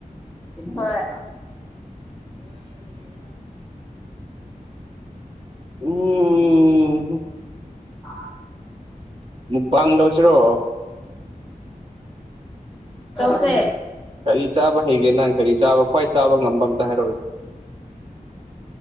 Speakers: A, in the centre; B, on the right.
A: ꯍꯣꯏ
B: ꯎꯝ ꯎꯝ
A: ꯑ
B: ꯃꯨꯛꯕꯥꯥꯡ ꯂꯧꯁꯤꯔꯣ
A: ꯇꯧꯁꯦ
B: ꯀꯔꯤ ꯆꯥꯕ ꯍꯩꯒꯦ ꯅꯪ ꯀꯔꯤ ꯆꯥꯕ ꯈ꯭ꯋꯥꯏ ꯆꯥꯕ ꯉꯝꯕ ꯑꯝꯇ ꯍꯥꯏꯔꯛꯑꯣꯁꯦ